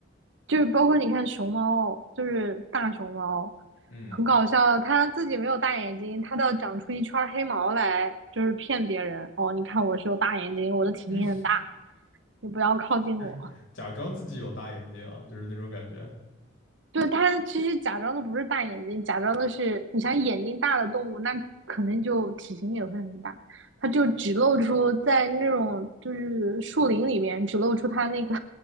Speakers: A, on the right; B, on the left.
A: 就是包括你看熊猫，就是大熊猫，
B: 嗯
A: 很搞笑，它自己没有大眼睛，它要长出一圈黑毛来，就是骗别人。哦，你看我是有大眼睛，我的体型很大，
B: 嗯，
A: 你不要靠近我。
B: <laughs> 假装自己有大眼睛啊，就是那种感觉。
A: 对，它其实假装的不是大眼睛，假装的是你想眼睛大的动物，那可能就体型也会很大。它就只露出在那种就是树林里面，只露出它那个